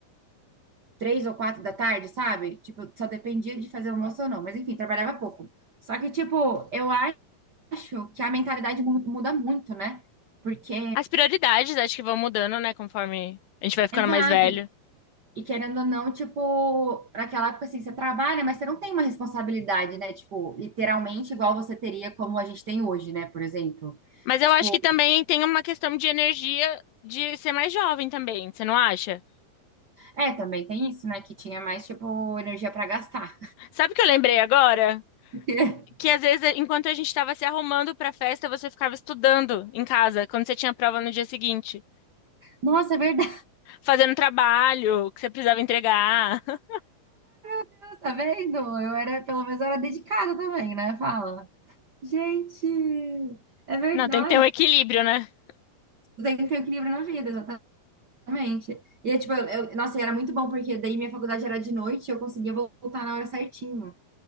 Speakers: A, on the right; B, on the left.
A: três ou quatro da tarde, sabe? Tipo, só dependia de fazer almoço ou não. Mas, enfim, trabalhava pouco. Só que, tipo, eu acho que a mentalidade mu- muda muito, né? Porque
B: As prioridades acho que vão mudando, né, conforme a gente vai ficando
A: Exato.
B: mais velho.
A: E querendo ou não, tipo, naquela época assim, você trabalha, mas você não tem uma responsabilidade, né? Tipo, literalmente igual você teria como a gente tem hoje, né? Por exemplo.
B: Mas eu
A: Tipo,
B: acho que também tem uma questão de energia de ser mais jovem também, você não acha?
A: é, também tem isso, né? Que tinha mais, tipo, energia pra gastar.
B: Sabe o que eu lembrei agora?
A: <laughs>
B: Que às vezes, enquanto a gente estava se arrumando para a festa, você ficava estudando em casa, quando você tinha prova no dia seguinte,
A: Nossa, é verdade,
B: fazendo trabalho que você precisava entregar. <laughs>
A: <laughs> tá vendo? Eu era, pelo menos, eu era dedicada também, né? Fala. Gente, é verdade.
B: Não, tem que ter um equilíbrio, né?
A: Tu tem que ter equilíbrio na vida, exatamente. E, é, tipo, eu, eu- nossa, e era muito bom, porque daí minha faculdade era de noite e eu conseguia voltar na hora certinho.